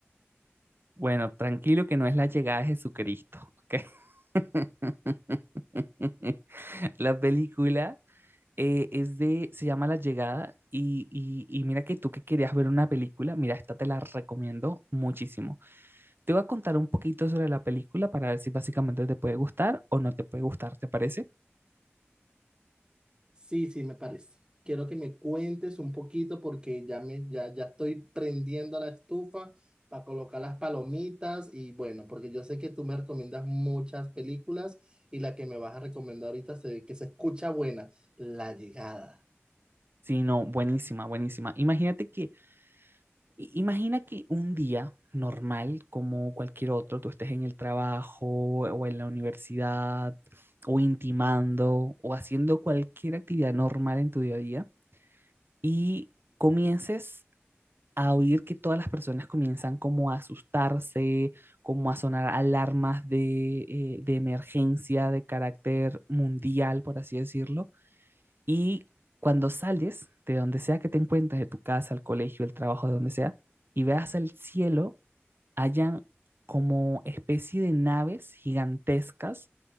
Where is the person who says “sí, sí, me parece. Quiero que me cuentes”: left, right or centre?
Right